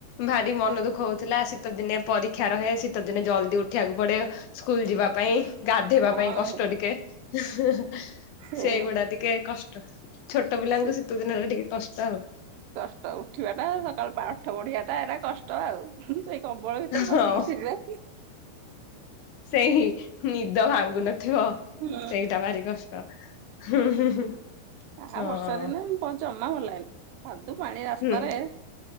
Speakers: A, on the left; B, on the right.
A: ଭାରି ମନଦୁଃଖ ହଉଥିଲା ଶୀତଦିନେ ପରୀକ୍ଷା ରହେ ଶୀତଦିନେ ଜଲଦି ଉଠିବାକୁ ପଡେ। ସ୍କୁଲ ଯିବାପାଇଁ। ଗାଧେଇବା
B: ହଁ
A: ପାଇଁ କଷ୍ଟ ଟିକେ ସେଇଗୁଡା
B: ସେ
A: ଟିକେ କଷ୍ଟ। ଛୋଟପିଲାଙ୍କୁ
B: ସେ
A: ଶୀତଦିନରେ ଟିକେ କଷ୍ଟ ଆଉ।
B: କଷ୍ଟ ଉଠିବାଟା ସକାଳୁ ପାଠ ପଢିବାଟା ଏଟା କଷ୍ଟ ଆଉ। ଅ ଭିତରେ
A: ହଁ
B: ପସିକିଥିବ।
A: ସେଇ ନିଦ ଭାଙ୍ଗୁନଥିବ
B: ହୁଁ
A: ସେଇଟା ଭାରି କଷ୍ଟ। ହୁଁ ହୁଁ ହୁଁ।
B: ଆଉ
A: ହଁ
B: ବର୍ଷା ଦିନେ ଜମା ଭଲାଗିଲ ଖାଧୁଅ ପାଣି ରାସ୍ତାରେ
A: ହୁଁ